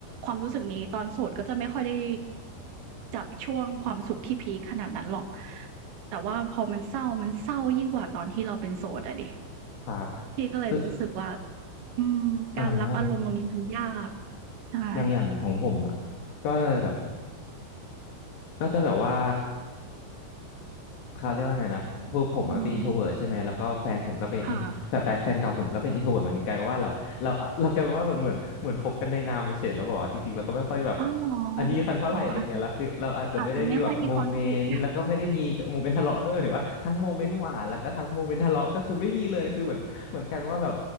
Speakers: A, on the right (about 80°); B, on the left (about 70°).
A: ความรู้สึกนี้ตอนโสดก็จะไม่ค่อยได้จับช่วงความสุขที่พีกขนาดนั้นหรอกแต่ว่าพอมันเศร้ามันเศร้ายิ่งกว่าตอนที่เราเป็นโสดอะดิ
B: ครับ
A: พี่ก็เลยรู้สึกว่า
B: คือ
A: อืมการรับอารมณ์ตรงนี้มันยาก
B: อ่า
A: ใช่
B: อย่างอย่างของผมอะก็เลยแบบก็จะแบบว่า เขาเรียกว่าไงนะคือผมมันก็เป็นอินโทรเวิร์ใช่ไหมแล้วก็แฟนผมก็เป็น
A: อืมค่ะ
B: in- แฟนแฟนแฟนเก่าผมก็เป็นอินโทรเวิร์เหมือนกันกลายเป็นว่าเราเราเรากลายเป็นว่าเหมือนเหมือนเหมือนคบกันในนามเฉยๆแล้วบอกว่าจริงๆเราก็ไม่ค่อยแบบ
A: อ้าวเหรอ
B: อันนี้กันเท่าไหร่อะไรเงี้ยแล้วคือเราอาจจะไม่ได้มีแบบโมเมนต์แล้วก็ไม่ได้มีโมเมนต์ทะเลาะด้วยหรือว่าทั้งโมเมนต์หวานแล้วก็ทั้งโมเมนต์ทะเลาะก็คือไม่มีเลยคือเหมือนเหมือนกลายเป็นว่าแบบ
A: อ๋ออาจอาจจะไม่ค่อยมี conflict